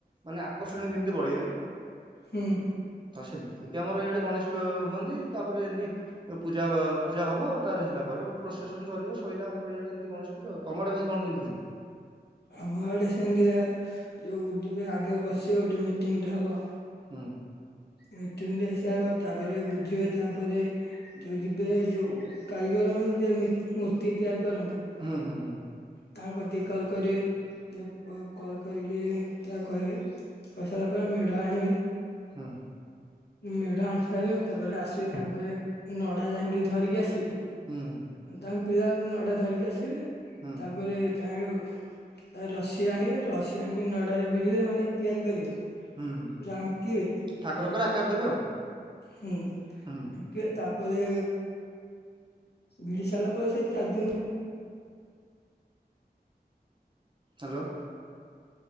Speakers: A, on the right; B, on the left.
A: ମାନେ ଆକର୍ଷଣୀୟ ଯେମିତି ବଢ଼େଇବେ।
B: ହୁଁ
A: ତ ସେମିତି କେ ଆମର ଇଆଡ଼େ ଗଣେଶ ପ ହୁଅନ୍ତି ତାପରେ ଏନ୍ତି ଏ ପୂଜା ବା ଫୁଜା ହବ ତାର ହେଲା ପରେ ପ୍ରସେସନ ସରିବ ସଇଲା ଆମର ଇଆଡ଼େ ଏମିତି ଗଣେଶ ପୂଜା ଆଉ। ତମ ଆଡ଼େ ଭାଇ କଣ କେମିତି ହୁଏ?
B: ଆମ ଆଡ଼େ ସେମିତିଆ ଯୋଉ ଯିବେ ଆଗେ ବସିବେ ଗୋଟେ ମିଟିଂଟେ ହବ।
A: ହୁଁ।
B: ମିଟିଙ୍ଗ ଟେ ହେଇସାଇଲେ ପ ତାପରେ ବୁଝିବେ ତାପରେ ଯୋଉ ଯିବେ ଯୋଉ କାରିଗର ମାନେ ଯିଏ ମି ମୂର୍ତ୍ତି ତିଆରି କରନ୍ତି।
A: ହୁଁ ହୁଁ ହୁଁ।
B: ତାଙ୍କ ଦି କଲ୍ କରିବେ <unintelligible> କରିକି ତାକୁ କହିବେ କହିସାରିଲା ପରେ ମେଢ଼ ଆଣିବେ।
A: ହୁଁ।
B: ମେଢ଼ ଆଣି ସାରିବେ ତାପରେ ଆସିବେ ତାପରେ ନଡ଼ା ଯାଇଙ୍କି ଧରିକି ଆସିବେ।
A: ହୁଁ ହୁଁ।
B: ତାଙ୍କ୍ ପିଳା ନଡ଼ା ଧରିକି ଆସିବେ।
A: ହୁଁ
B: ତାପରେ ତାରୁ ତା ରସି ଆଣିବେ ରସି ଆଣିକି ନ ଡ଼ାରେ ଭିଡ଼ିବେ ମାନେ ତିଆରି କରିବେ
A: ହୁଁ ହୁଁ
B: ରାଙ୍କିବେ
A: ଠାକୁରଙ୍କର ଆକାର ଦେବେ ଆଉ
B: ହୁଁ
A: ହୁଁ
B: କେ ତାପରେ ଭିଡ଼ି ସାରିଲା ପରେ ସେଇ ଚାରି ଦିନି
A: ହ୍ୟାଲୋ।